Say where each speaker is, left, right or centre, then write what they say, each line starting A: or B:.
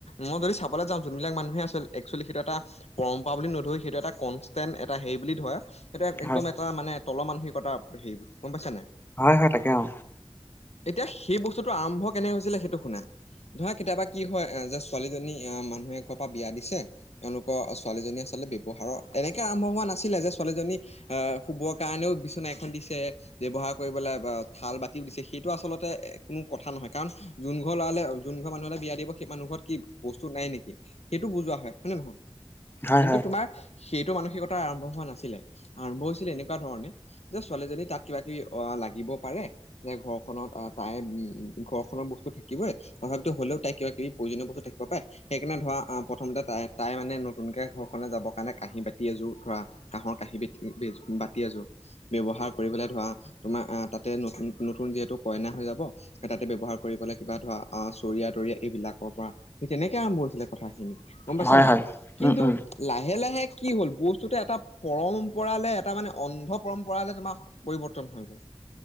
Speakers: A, on the left; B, on the left.
A: মই যদি চাবলৈ যাম যোনবিলাক মানুহে আছিল একচুৱেলি সেইটো এটা পৰম্পৰা বুলি নধৰি সেইটো এটা কনষ্টেণ্ট এটা হেৰি বুলি ধৰে সেইটো একদম
B: হয়
A: এটা মানে তলৰ মানসিকতা হেৰি গম পাইছা নাই।
B: হয়-হয় তাকে অ।
A: এতিয়া সেই বস্তুটো আৰম্ভ কেনে হৈছিলে সেইটো শুনা। ধৰা কেতিয়াবা কি হয় এ যে ছোৱালীজনী আ মানুহে ক পৰা বিয়া দিছে এওলোক অ', ছোৱালীজনী আচলতে ব্যৱহাৰৰ তেনেকে আৰম্ভ হোৱা নাছিলে যে ছোৱালীজনী আ, শুবৰ কাৰণেও বিচনা এখন দিছে। ব্যৱহাৰ কৰিবলে বা থাল বাতিও দিছে সেইটো আচলতে কোনো কথা নহয় কাৰণ যোন ঘৰ ল'ৰালে যোন ঘৰ মানুহলে বিয়া দিব সেই মানুহ ঘৰত কি বস্তু নাই নেকি। সেইটো বুজোৱা হয়, হয় নে নহয়।
B: হয়
A: কিন্তু
B: হয়
A: তোমাৰ সেইটো মানসিকতা আৰম্ভ হোৱা নাছিলে আৰম্ভ হৈছিলে এনেকুৱা ধৰণে যে ছোৱালীজনী তাত কিবা কিবি অ' লাগিব পাৰে। যে ঘৰখনত আহ তাইৰ উম ঘৰ খনৰ বস্তু থাকিবই। প্ৰভাৱিত হলেও তাই কিবা কিবি প্ৰয়োজনীয় বস্তু থাকিব পাৰে সেইকাৰণে ধৰা আ প্ৰথমতে তাই-তাই মানে মানে নতুনকে ঘৰ খনে যাবৰ কাৰণে কাঁহী বাতি এযোৰ ধৰা কাঁহৰ কাঁহী বাতি এযোৰ। ব্যৱহাৰ কৰিবলৈ ধৰা তোমাৰ আ তাতে নতুন যিহেতু কইনা হৈ যাব। তাতে ব্যৱহাৰ কৰি বলৈ কিবা ধৰা আ চৰিয়া তৰিয়া এইবিলাকৰ পৰা সেই তেনেকে আৰম্ভ হৈছিলে কথাখিনি। গম পাইছা
B: হয় হয়
A: নাই? কিন্তু
B: উম উম
A: লাহে লাহে কি হ'ল বস্তুটো এটা পৰম্পৰালে এটা মানে অন্ধ পৰম্পৰালে তোমাৰ পৰিৱৰ্তন হৈ গ'ল।